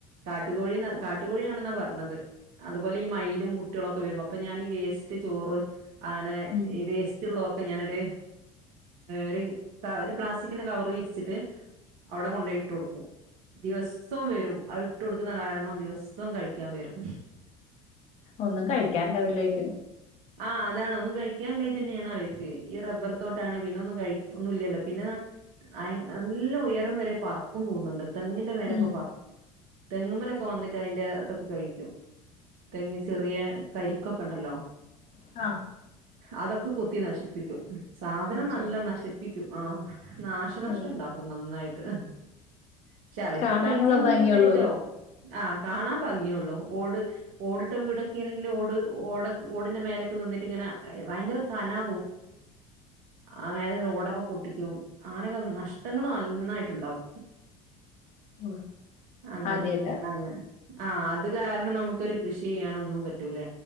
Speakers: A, on the right; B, on the left.
A: കാട്ടുകോഴിനെ കാട്ടുകോഴിയാണെന്നാ പറഞ്ഞത് അതുപോലെ ഈ മൈയിലും കുട്ടികളൊക്കെ വരുമ്പ അപ്പൊ ഞാൻ ഈ വേസ്റ്റ് ചോറ് അങ്ങനെ
B: ഉം
A: ഈ വേസ്റ്റ്ള്ളതൊക്ക്‌ ഓക്കെ ഞാനൊരു ഒരു ഒരു പ്ലാസ്റ്റിക്കിൻ്റെ കവറ് വിരിച്ചിട്ട് അവിടെ കൊണ്ടോയിട്ടു കൊടുക്കും ദിവസോം വരും അത് ഇട്ട് കൊടുക്ക്ണ കാരണം ദിവസോം കഴിക്കാൻ വരും
B: ഒന്നും കഴിക്കാണ്ടാവില്ലേയ്ക്കും
A: ആ അതാണ് ഒന്നും കഴിക്കാനില്ലായിട്ടെന്നെണ് അവെര്ക്ക് ഈ റബ്ബർ തോട്ടാണ് പിന്നെ ഒന്നും കഴി ഒന്നുല്ലല്ലോ പിന്നെ <unintelligible> നല്ല ഉയരം വരെ പറക്കും തോന്നുണ്ട് തെങ്ങിന്റെ മേലൊക്കെ
B: ഉം
A: പറക്കും തെങ്ങുമ്മേലൊക്കെ വന്നിട്ട് അതിന്റെ ഇതൊക്കെ കഴിക്കും തെങ്ങു ചെറിയ കരിക്കൊക്കെണ്ടല്ലോ
B: ആ
A: അതൊക്കെ കൊത്തി നശിപ്പിക്കും സാധനം
B: അച്ച
A: നല്ല നശിപ്പിക്കും ആ നാശനഷ്
B: ഓ
A: ട്ടുണ്ടാക്കും നന്നായിട്ട് അ <unintelligible> ക്ഷെ അവർക്ക്
B: കാണാനുള്ള
A: കഴിക്കാൻ ഒന്നും
B: ഭംഗിയൊള്ളൂ
A: കിട്ടായിട്ടാവും ആ കാണാൻ ഭംഗിഒള്ളു ഓടെ ഓടിട്ട വീടൊക്കെ ആണെങ്കി ങ്കിലും ഓടെ ഓടോക ഓടിന്റെ മോളിലോക്കെ നിന്നിട്ടിങ്ങനെ ഭയങ്കര കനാ അയയെ ഓടൊക്കെ പൊട്ടിക്കും അങ്ങനൊക്കെ നഷ്ട നിങ്ങാണ നന്നായിട്ടുണ്ടാവും
B: <unintelligible>
A: അങ്ങനെ
B: ആദ്യായിട്ടാ
A: അങ്ങ് ആ അതുകാരണം നമുക്കൊരു കൃഷി ചെയ്യാനൊന്നും പറ്റൂല്ല